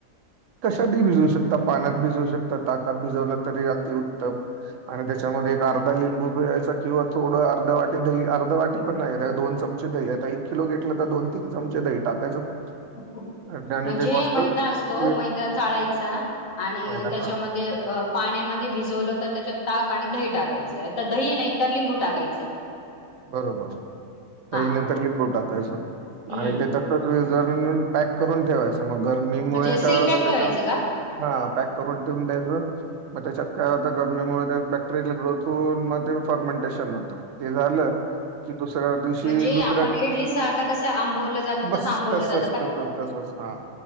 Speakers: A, on the right; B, on the left.
A: कशातही भिजवू शकता पाण्यात भिजवू शकता, ताकात भिजवला तरी अती उत्तम. आणि त्याच्यामध्ये एक अर्धा लिंबू पिळायचा किंवा थोडं अर्धा वाटी दही अर्ध वाटी पण नाही त्या दोन चम चे दही आता एक किलो घेतलं तर दोन तीन चमचे दही टाकायचं फक्त.
B: म्हणजे
A: आणि ते मस्त
B: मैदा असतो
A: वे
B: मैदा चाळायचा आणि
A: मैदा
B: त्याच्यामध्ये
A: का-
B: अ पाण्यामध्ये भिजवलं तर त्याच्यात ताक आणि दही टाकाय च तर दही नाही तर लिंबू टाकायचं.
A: बरोबर दही
B: हा
A: नाहीतर लिंबू टाकायचं
B: हम्म
A: आणि ते तर <unintelligible> पॅक करून ठेवायचं मग गरमीमुळे
B: म्हणजे सिलपॅक
A: काय होत त्याच
B: ठेवायचं का
A: हां पॅक करून ठेऊन द्यायचं. मग त्याच्यात काय होतां गरमीमुळे बॅक्टेरियल ग्रोथ मग ते फर्मेंटेशन होतं. ते झालं की दुसऱ्या दिवशी,
B: म्हणजे
A: दुसऱ्या,
B: आपण इडलीचा आटा कसं आंबवलं जातं
A: मस्त
B: तसं आंबवलं
A: अस
B: जातं का
A: तसच
B: ते
A: हां